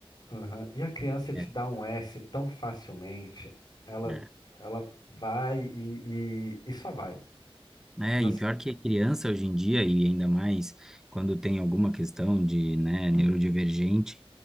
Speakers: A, on the left; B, in the centre.
A: Aham. E a criança te
B: É,
A: dá um S tão facilmente. Ela
B: é.
A: ela vai e, e, e só vai.
B: É,
A: Não
B: e
A: se-
B: pior que a criança hoje em dia, e ainda mais quando tem alguma questão de, né, neurodivergente,